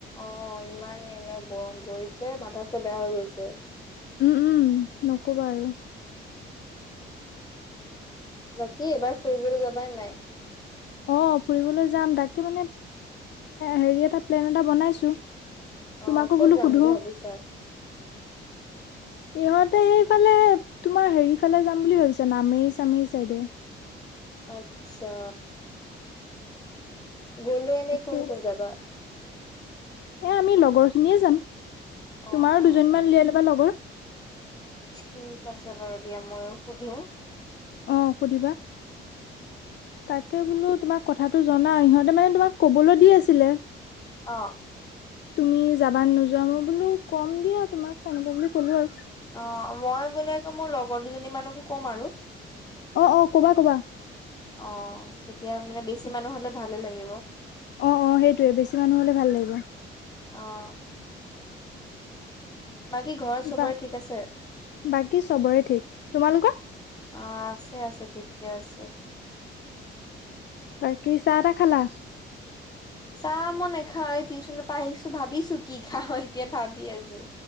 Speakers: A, on the left (about 20°); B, on the left (about 60°).
A: অ, ইমান এইবাৰ গৰম পৰিছে মাথা চাথা বেয়া হৈ গৈছে।
B: উম - উম নকবা আৰু।
A: বাকী এবাৰ ফুৰিবলৈ যাবা নে নাই।
B: অ, ফুৰিবলৈ যাম তাকে মানে হেৰি এটা প্লেন এটা বনাইছো।
A: অ
B: তোমাকো
A: ক'ত
B: বোলো
A: যাম
B: সোধো
A: বুলি
B: ইহত
A: ভাবিছা
B: ত, এইফালে তোমাৰ হেৰি ফালে যাম বুলি ভাবিছা নামেৰি চামেৰি চাইডে
A: আচ্ছা। গ'লে এনে
B: তাকে
A: কোন - কোন যাবা?
B: এ আমি লগৰ খিনিয়ে যাম তোমাৰো
A: অ অ
B: দুজনমান উলিয়াই লবা লগৰ।
A: ঠিক আছে বাৰু দিয়া মইো সুধিম
B: অ, সুধিবা তাক বোলো তোমাক কথাটো জনা ইহতে মানে তোমাক কবলৈ দি আছিলে।
A: অ
B: তুমি যাবানে নোযোৱা মই বোলো কম দিয়া তোমাক সনেকুৱা বুলি ক'লো আৰু।
A: অ, মই বোলে আকৌ মোৰ লগৰ দুজনী মানকো কম আৰু।
B: অ - অ কবা - কবা।
A: অ, তেতিয়া মানে বেছি মানুহ হলে ভালে লাগিব।
B: অ - অ সেইটোৱে বেছি মানুহ হলে ভাল লাগিব।
A: অ বাকী ঘৰত সবৰে
B: বা
A: ঠিক আছে?
B: বাকী চবৰে ঠিক তোমালোকৰ
A: অ, আছে - আছে ঠিকে আছে।
B: বাকী চাহ টা খালা?
A: চা মই নাখাও টিউশচনৰ পৰা আহিছো ভাবিছো কি খাও এতিয়া ভাবি আছো।